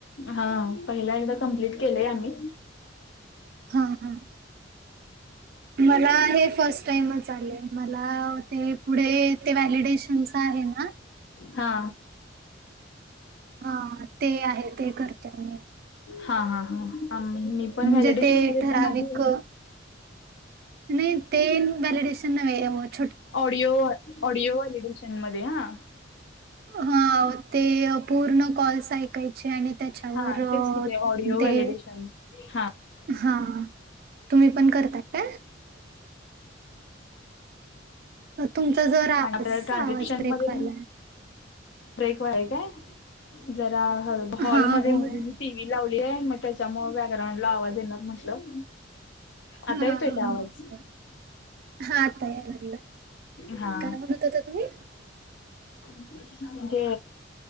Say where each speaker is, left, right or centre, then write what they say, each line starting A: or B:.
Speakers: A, on the left; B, on the right.
A: हा पहिला एकदा कम्प्लीट केलंय आम्ही
B: हा हा मला हे फर्स्ट टाइमच आले मला ते पुढे ते व्हॅलिडेशनच आहे ना
A: हा
B: हा ते आहे ते करते मी.
A: हा हा हा मी पण
B: म्हणजे
A: व्हॅलिडेशनमध्ये
B: ते ठराविक
A: पण आहे.
B: नाही ते वलिडेशन नवे होत
A: ऑडिओ ऑडिओ वलिडेशन मध्ये हा
B: हा ते पूर्ण कॉल्स ऐकायचे आणि त्याच्यावर
A: हा तेच कि ते ऑडिओ व्हॅलिडेशन
B: ते
A: हा
B: हा तुम्ही पण करता काय? तुमचा जर आवाज
A: आणि आपल्याला ट्रान्स्क्रिप्शन
B: आवाज ब्रेक
A: मध्ये
B: व्हालाय.
A: पण ब्रेक वालाय काय जरा हॉलमध्ये
B: हा होय
A: मु टी व्ही लावली आहे मग त्याच्यामुळ बॅकग्राउंड ला आवाज येणार म्हटलं.
B: हा
A: आता येतोय का
B: हा
A: आवाज?
B: बर हा आता या लागलाय.
A: हा
B: काय म्हणत होता तुम्ही?
A: तजे